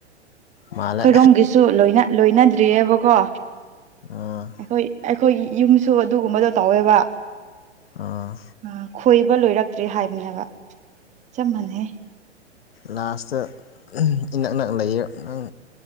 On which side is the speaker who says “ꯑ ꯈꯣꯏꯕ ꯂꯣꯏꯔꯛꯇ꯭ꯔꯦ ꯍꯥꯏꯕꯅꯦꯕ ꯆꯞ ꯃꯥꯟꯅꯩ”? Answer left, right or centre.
Right